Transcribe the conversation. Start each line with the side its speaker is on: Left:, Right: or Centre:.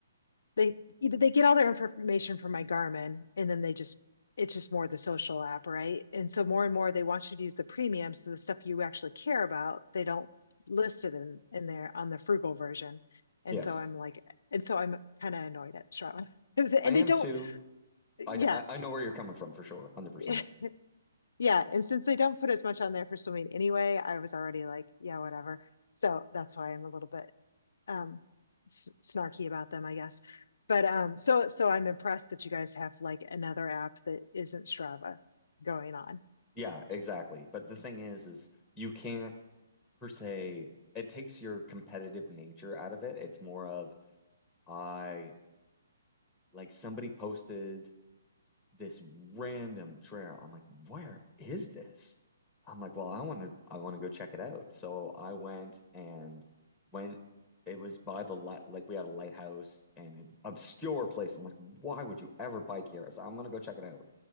Left: they they get all their information from my Garmin and then they just it's just more the social app, right? And so more and more they want you to use the premium. So the stuff you actually care about, they don't list it in, in there on the frugal version. And
Centre: yes,
Left: so I'm like, and so I'm kind of annoyed at Strava. <laughs> and
Centre: I am
Left: they don't,
Centre: too.
Left: yeah.
Centre: I I I know where you're coming from for sure, one hundred percent.
Left: <laughs> Yeah. And since they don't put as much on there for swimming anyway, I was already like, yeah, whatever. So that's why I'm a little bit um s- snarky about them, I guess. But um so so I'm impressed that you guys have like another app that isn't Strava going on.
Centre: Yeah, exactly. But the thing is, is you can't per se. It takes your competitive nature out of it. It's more of I. like somebody posted this random trail. I'm like, where is this? I'm like, well, I want to I want to go check it out. So I went and went it was by the light like we had a lighthouse and an obscure place. I'm like, why would you ever bike here? So I'm gonna go check it out.